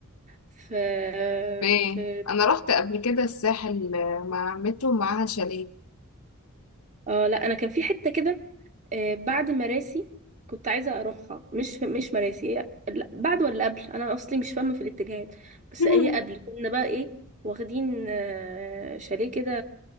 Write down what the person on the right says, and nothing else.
في
في
اه لا انا كان في حته كده آه، بعد مراسي كنت عايزه اروحها مش مش مراسي هي لا، بعد ولا قبل انا اصلي مش فاهمه في الاتجاهات بس
هي قبل كنا بقى ايه واخدين آه، شاليه كده